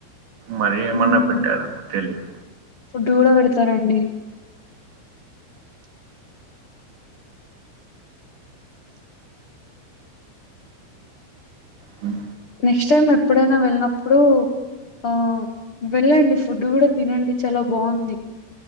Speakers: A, on the right; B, on the left.
A: మరీ ఏమన్నా
B: మ్మ్,
A: పెట్టారామో తెలీదు
B: ఫుడ్ గూడ బెడతారండి
A: మ్
B: నెక్స్ట్ టైమ్ ఎప్పుడైనా వెళ్ళినప్పుడు ఆ వెళ్ళండి ఫుడ్ గూడ తినండి చాలా బాఉంది